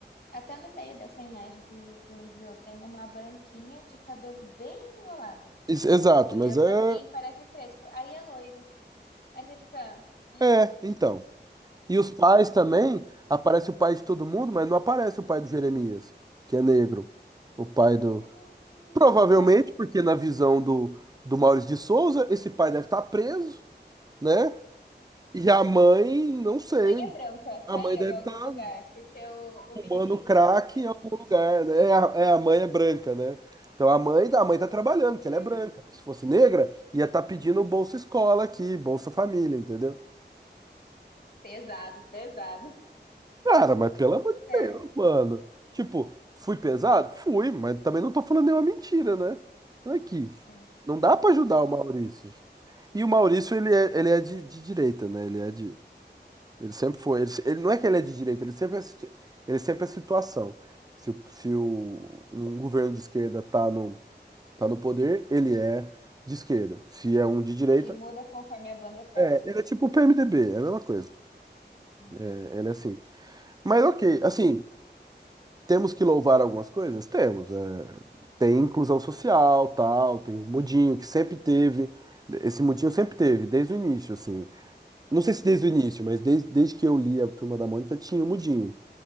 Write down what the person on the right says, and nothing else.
Ex- Exato,
mas é.
É, então. E os pais também. Aparece o pai de todo mundo, mas não aparece o pai do Jeremias, que é negro. O pai do.
Provavelmente,
porque na visão do, do Maurício de Souza, esse pai deve estar preso, né? E a mãe, não sei.
A mãe
deve
estar
fumando
crack
em algum
lugar, né? É a, é, a mãe é branca, né? Então a mãe, a mãe tá trabalhando, porque
ela é branca. Se fosse negra, ia estar pedindo Bolsa Escola aqui, Bolsa Família, entendeu?
Cara, mas pelo amor de
Deus, mano. Tipo, fui
pesado? Fui, mas também não tô falando nenhuma mentira, né? Aqui.
Não dá pra ajudar o Maurício. E o Maurício, ele é, ele é de, de direita, né? Ele é de. Ele sempre foi. Ele, se- ele- não é que ele é de direita, ele sempre é, situ- ele sempre é situação. Se, o- se o, um governo de esquerda tá no, tá no poder, ele é de esquerda. Se é um de direita,
é, ele é tipo o PMDB, é a mesma coisa.
É, ele é assim. Mas ok,
assim, temos que louvar algumas coisas? Temos. é. tem inclusão social, tal, tem o Mudinho, que sempre teve. Esse Mudinho sempre teve, desde o início, assim. Não sei
se desde o início, mas desde, desde que eu li a Turma da Mônica tinha o Mudinho.